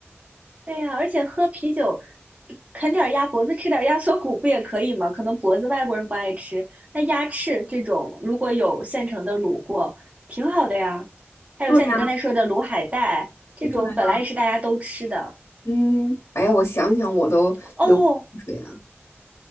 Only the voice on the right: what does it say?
对呀，而且喝啤酒，啃点儿鸭脖子，吃点儿鸭锁骨不也可以吗？可能脖子外国人不爱吃，那鸭翅这种如果有现成的卤货，挺好的呀。还有像你刚才说的卤海带，
这种本来也是大家都吃的。
哦，